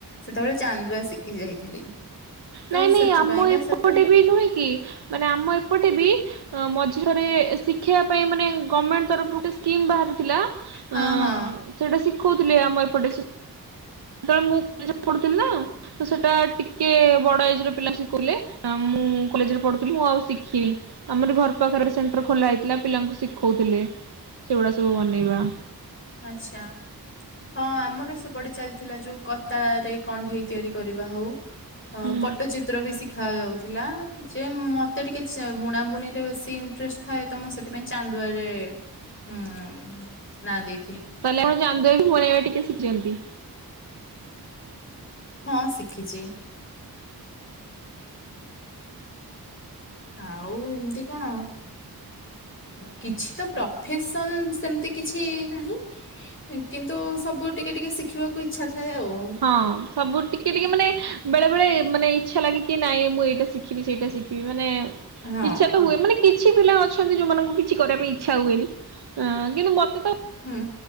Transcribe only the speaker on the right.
ନାଇଁ ନାଇଁ
ଆମ ଏପଟେ
ବି ନୁହେଁ କି ମାନେ ଆମ ଏପଟେ ବି ହିଁ। ଥରେ ଶିକହିବା ପାଇଁ ମାନେ ଗମେଣ୍ଟ ତରଫରୁ ଗୋଟେ ସ୍କିମ୍ ବାହାରିଥିଲା। ଅ
ସେଇଟା ଶିଖଉଥିଲେ ଆମ ଏପଟେ। ସେତେ ବେଳେ ମୁଁ ପଢୁଥିଲି ନା ତ ସେଟା ଟିକେ ବଡ ଏଜ ର ପିଲା ଶିଖୁଥିଲେ। ମୁଁ କଲେରେ ପଢୁଥିଲି ମୁଁ ଆଉ ଶିଖିନି ଆମର ଘର ପାଖରେ ସେଣ୍ଟର ଖୋଲା ହେଇଥିଲା ପିଲାଙ୍କୁ ଶିଖାଉ ଥିଲେ। ସେଗୁଡା ସବୁ ବନେଇବା।
ହୁଁ
ତାହେଲେ ଆପଣ ଚାନ୍ଦୁଆ ବି ବନେଇବା ଟିକେ ଶିଖିଛନ୍ତି?
ହଁ ସବୁ ଟିକେ ଟିକେ ମାନେ ବେଳେ ବଳେ ମାନେ ଇଚ୍ଛା ଲାଗେ କି ନାଇଁ ମୁଁ ଏଇଟା ଶିଖିବି ସେଇଟା ଶିଖିବି ମାନେ
ଇଚ୍ଛା ତ ହୁଏ ମାନେ କି କିଛି ପିଲା ଅଛନ୍ତି ଯୋଉମାନଙ୍କୁ କିଛି କରିବା ପାଇଁ ଇଚ୍ଛା ହୁଏନି କିନ୍ତୁ ମତେ ତ